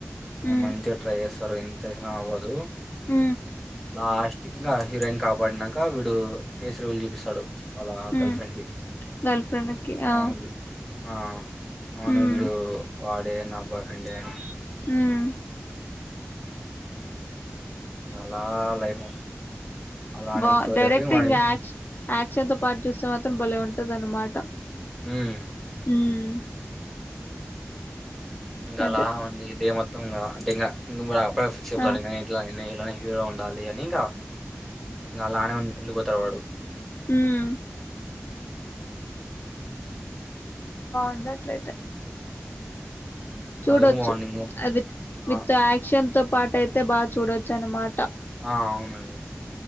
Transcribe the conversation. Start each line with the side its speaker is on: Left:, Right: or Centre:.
Left: మ్మ్
Centre: మంచిగా ట్రై చేస్తారు అ అవ్వదు
Left: ఉ
Centre: లాస్ట్ క ఇంకా హీరోయిన్ కాపాడినాక వీడు ఫేస్ రివ్యల్ చూపిస్తాడు వాళ్ళ గర్ల్
Left: ఉ
Centre: ఫ్రెండ్ కి
Left: గేల్ ఫ్రెంకి
Centre: అవును
Left: ఆ
Centre: బి- ఆ అవును
Left: మ్మ్
Centre: వీడు వాడేనా బాయ్ ఫ్రెండ్ అని
Left: ఉమ్
Centre: ఇంకా అలా లైఫ్ అలానే
Left: బా
Centre: స్టోరీ
Left: డైరెక్ట్
Centre: అయిపోయి వాడి
Left: ఇం యాక్షన్ తో పాటు చూస్తే మాత్రం భలే ఉంటుంది అద అనమాట
Centre: ఉమ్
Left: ఉమ్
Centre: ఇంకా
Left: అదే
Centre: లా ఉంది డే మొత్తం ఇ అంటేంకాం అ ఫిక్స్ చెతా
Left: ఆ
Centre: ఇల ఉండాలి అని ఇంకా నళలానే ఉం వుండిపోతారు వాడు
Left: ఉమ్ ఉండ అట్లయితే
Centre: ఉమ్,
Left: చూడొచ్చు
Centre: అదుగు మార్నింగ్
Left: ఆ విత్ విత్
Centre: ఆ
Left: యాక్షన్ తో పాట అయితే బాగా చూడొచ్చు అన్నమాట
Centre: ఆ అవునండి